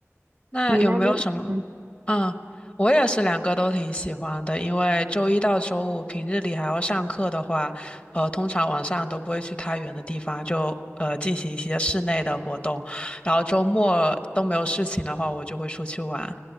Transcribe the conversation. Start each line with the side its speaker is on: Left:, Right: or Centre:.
Left: 那有没有什么？
Right: 你呢？你嗯，
Left: 嗯，我也是两个都挺喜欢的，因为周一到周五平日里还要上课的话，呃，通常晚上都不会去太远的地方，就呃进行一些室内的活动，然后周末都没有事情的话，我就会出去玩。